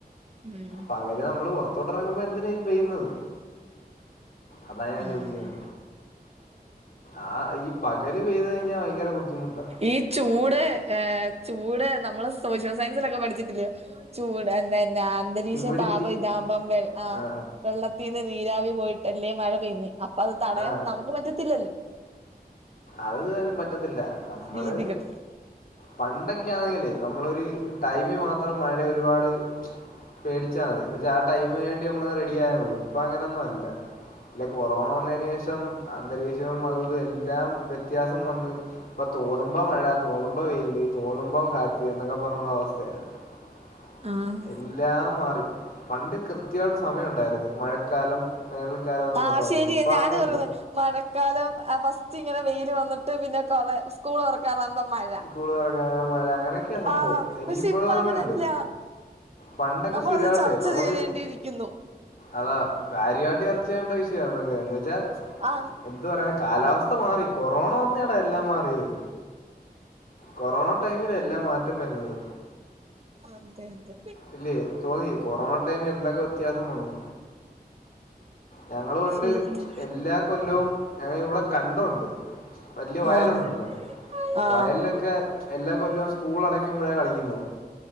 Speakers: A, on the right; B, on the left.
A: ഉം
B: പകല് നമ്മള് പൊറത്തോട്ടെറങ്ങുമ്പൊ എന്തിനാ ഇത് പെയ്യുന്നത് അതായാൻ
A: ഉം
B: ചോ <unintelligible> ആഹ് ഈ പകല് പെയ്ത് കഴിഞ്ഞ ഭയങ്കര ബുദ്ധിമുട്ട
A: ഈ ചൂട് ഏഹ് ചൂട് നമ്മള് സോഷ്യൽ സയൻസിലെക്കെ പഠിച്ചിട്ടില്ലെ ചൂട്ന്നന്നാ അന്തരീക്ഷ
B: ഹ്യൂമിഡിറ്റി
A: താപം ഇതാവുമ്പം വെൾ ആഹ്
B: ആ
A: വെള്ളത്തീന്ന് നീരാവി പോയിട്ടല്ലെ മഴ പെയ്യ്ന്നെ അപ്പത് തടയാൻ
B: ആ
A: നമുക്ക് പറ്റത്തില്ലല്ലൊ
B: അത് <unintelligible> പറ്റത്തില്ല നമ്മള്
A: രീതികൾ
B: പണ്ടൊക്ക്യാന്നെങ്കിലേ നമ്മളൊരു ടൈമി മാത്രം മഴയൊരുപാട് പേടിച്ചാതി. എന്ന് വെച്ചാ ആ ടൈമിന് വേണ്ടി നമ്മളങ്ങ് റെഡിയായാമതി ഇപ്പ അങ്ങനൊന്നുവല്ല ല്ലെ കൊറോണ വന്നയിന് ശേഷം അന്തരീക്ഷവും അതുവിതു എല്ലാം വ്യത്യാസം വന്ന് ഇപ്പ തോന്നുമ്പ മഴ തോന്നുമ്പ വെയില് തോന്നുമ്പം കാറ്റ് എന്നൊക്കെ പറഞ്ഞ അവസ്ഥയ <unintelligible>
A: ആഹ്
B: എല്ലാം മാറി. പണ്ട് കൃത്യായിട്ട് സമയൊണ്ടാര്ന്ന്. മഴക്കാലം വേനൽക്കാലാന്നൊക്കെ
A: ആഹ്
B: പറഞ്ഞ്
A: ശരിയാ
B: ഇപ്പൊ അതൊന്നുല്ല
A: ഞാനും ഓർക്കുന്ന് മഴക്കാലം ഫസ്റ്റ്ങ്ങനെ വെയില് വന്ന്ട്ട് പിന്നെ കൊറെ സ്കൂള് തൊറക്കാനാമ്പ മഴ
B: സ്കൂള് തൊറക്കാനാം മഴ അങ്ങനക്കെയ സംഭവം.
A: ആഹ്
B: എനിക്കിപ്പഴും
A: പക്ഷെ ഇപ്പൊ
B: ഓർമ്മയൊണ്ട്
A: അങ്ങനല്ല
B: പണ്ടക്കെ
A: നമ്മളത്
B: സ്ഥിരവായിട്ടെ
A: ചർച്ച
B: നമ്മക്
A: ചെയ്യേണ്ടിയിരിക്കുന്നു
B: അതാ കാര്യവായിട്ട് ചർച്ച ചെയ്യണ്ട വിഷയ എന്ന് വെച്ചാ
A: ആഹ്
B: എന്ത് പറയുന്ന് കാലാവസ്ഥ മാറി കൊറോണ വന്നേടാ എല്ലാം മാറിയത് കൊറോണ ടൈമിലെല്ലാ മാറ്റം വര്ന്നത്
A: അതെ അതെ
B: ഇല്ലെ തോന്നി കൊറോണ ടൈമി എന്തൊക്കെ വ്യത്യാസം വന്നു ഞങ്ങള് പണ്ട്
A: ശരിയാ
B: എല്ലാ കൊല്ലവും ഞങ്ങള് ഇവടെ കണ്ടൊണ്ട് വല്യ വയലൊണ്ടല്ലൊ
A: ആഹ് ആഹ്
B: വയൽലക്കെ എല്ലാ കൊല്ലവും സ്കൂള അടയ്ക്കുമ്പഴാ കളിക്ക്ന്നത്